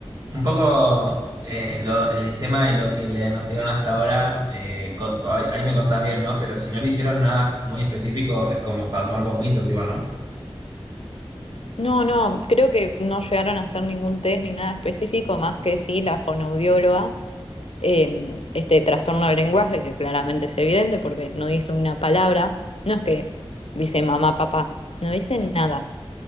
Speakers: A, on the right (about 40°); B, on the left (about 75°).
A: Un poco eh, lo- el tema de lo que le diagnosticaron hasta ahora, eh, co- co- ahí ahí me contás bien, ¿no? Pero si no le hicieron nada muy específico, es como para tomar con pinzas igual, ¿no?
B: No, no, creo que no llegaron a hacer ningún test ni nada específico, más que sí la fonoaudióloga, eh, este trastorno del lenguaje, que claramente es evidente porque no dice una palabra, no es que dice mamá, papá, no dice nada.